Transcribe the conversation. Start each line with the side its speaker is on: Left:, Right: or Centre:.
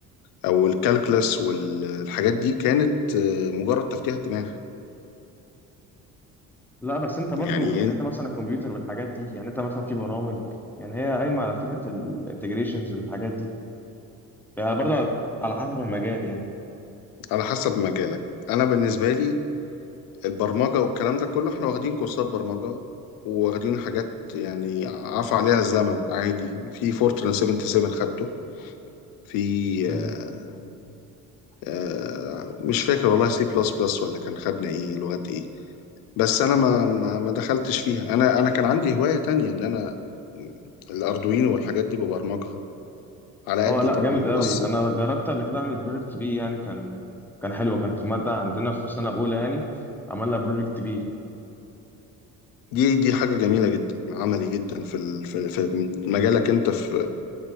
Left: أو الكالكلس والحاجات دي كانت آه، مجرد تفتيح دماغ
Centre: لا بس أنت برضو
Left: يعني
Centre: يعني
Left: إيه؟
Centre: أنت مثلا الكمبيوتر والحاجات دي يعني أنت مثلا في برامج يعني هي قايمة على فكرة الانتجريشنز والحاجات دي يعني برضو على على حسب المجال
Left: على حسب مجالك أنا بالنسبة لي البرمجة والكلام ده كله احنا واخدين كورسات برمجة واخدين حاجات يعني عفى عليها الزمن عادي في فورتران 77 خدته في
Centre: يعني
Left: آه، آه، مش فاكر والله سي بلس بلس ولا كان خدنا ايه لغات ايه بس انا ما ما ما دخلتش فيها انا انا كان عندي هواية تانية ان انا الاردوينو والحاجات دي ببرمجها على
Centre: اه
Left: قدي
Centre: لا
Left: طبعا
Centre: جامد قوي
Left: بس
Centre: انا جربت قبل كده اعمل بروجكت بي يعني كان كان حلو كان في ماده عندنا في سنه اولى يعني عملنا بروجكت بي
Left: دي دي حاجة جميلة جدا عملي جدا في ال- في في مجالك انت في